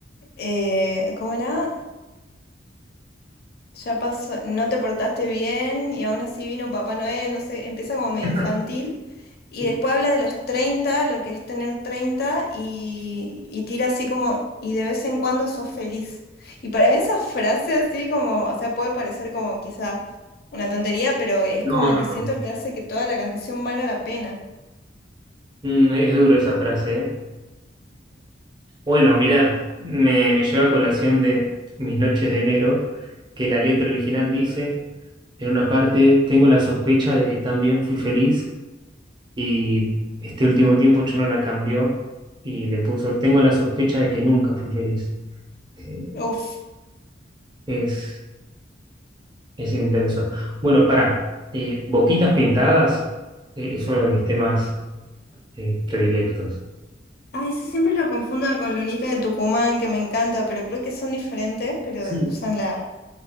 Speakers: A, on the left; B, on the right.
A: eh, ¿cómo era? ya pasó, no te portaste bien y aún así vino Papá Noel, no sé, empieza como medio
B: <laughs>
A: infantil. Y después
B: Sí.
A: habla de los 30 lo que es tener 30 y, y tira así como, y de vez en cuando sos feliz. Y para mí esa frase así como, o sea, puede parecer como quizá una tontería, pero es
B: No,
A: como
B: no,
A: que
B: no.
A: siento que hace que toda la canción valga la pena.
B: Mm, Es duro esa frase, ¿eh? Bueno, mirá, me, me lleva a colación de Mis noches de enero, que la letra original dice, En una parte tengo la sospecha de que también fui feliz y este último tiempo yo no la cambió y le puso, tengo la sospecha de que nunca fui feliz. Eh,
A: Uf.
B: es, es intenso. Bueno, pará, eh, Boquitas Pintadas eh, es uno de mis temas eh, predilectos.
A: Ah, eso siempre lo confundo con Lunita de Tucumán, que me encanta, pero creo que son diferentes, pero
B: Sí.
A: usan la,